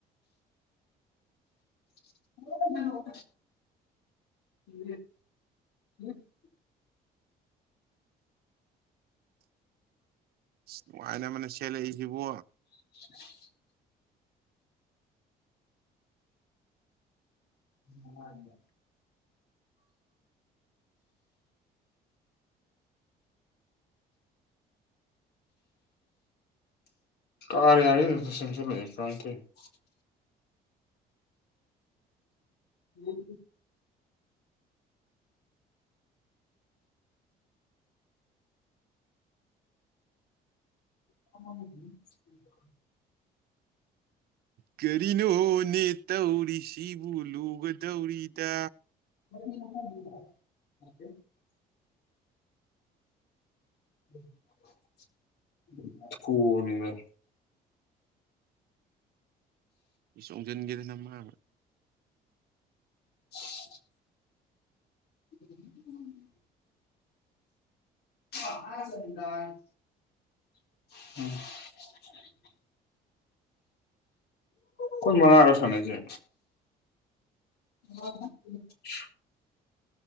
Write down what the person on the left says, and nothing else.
<inaudible>
<unintelligible> <unintelligible> <unintelligible> ꯎꯝ <unintelligible>
<inaudible> <unintelligible>
<unintelligible> ꯎꯝ <inaudible> ꯈꯣꯏ ꯃꯉꯥꯔ ꯁꯥꯅꯩꯖꯦ <inaudible>